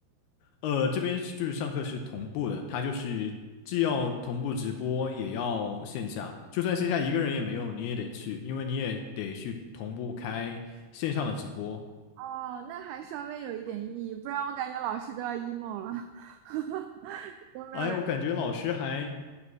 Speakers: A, on the left; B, on the right.
A: 呃，这边就是上课是同步的，它就是既要同步直播，也要线下。就算线下一个人也没有，你也得去，因为你也得去同步开线上的直播。
B: 哦，那还稍微有一点意义，不然我感觉老师都要 emo 了，<laughs> 都没有人。
A: 哎我感觉老师还